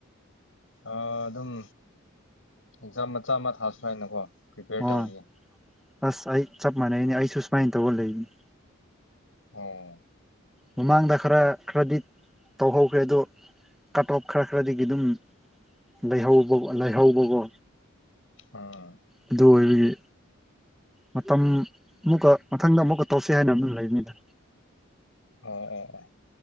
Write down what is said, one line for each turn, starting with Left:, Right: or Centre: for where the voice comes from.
Left: ꯑꯥ ꯑꯗꯨꯝ ꯑꯦꯛꯖꯥꯝ ꯃꯆꯥ ꯑꯃ ꯊꯥꯁꯤꯔꯥ ꯍꯥꯏꯅꯀꯣ ꯄ꯭ꯔꯤꯄꯦꯌꯔ
Centre: ꯑꯣ
Left: ꯇꯧꯔꯤꯌꯦ꯫
Centre: ꯑꯁ ꯑꯩ ꯆꯞ ꯃꯥꯟꯅꯩꯅꯦ ꯑꯩꯁꯨ ꯁꯨꯃꯥꯏꯟ ꯇꯧꯔꯒ ꯂꯩꯕꯅꯤ꯫
Left: ꯑꯣ
Centre: ꯃꯃꯥꯡꯗ ꯈꯔ ꯈꯔꯗꯤ ꯇꯧꯍꯧꯈ꯭ꯔꯦ ꯑꯗꯣ ꯀꯠ ꯑꯣꯞ ꯈꯔ ꯈꯔꯗꯒꯤ ꯑꯗꯨꯝ ꯂꯩꯍꯧꯕ ꯂꯩꯍꯧꯕꯒꯣ꯫
Left: ꯑꯥ
Centre: ꯑꯗꯨ ꯑꯣꯏꯕꯒꯤ ꯃꯇꯝ ꯑꯃꯨꯛꯀ ꯃꯊꯪꯗ ꯑꯃꯨꯛꯀ ꯇꯧꯁꯤ ꯍꯥꯏꯅ ꯑꯗꯨꯝ ꯂꯩꯕꯅꯤꯗ꯫
Left: ꯑꯣ ꯑꯣ ꯑꯣ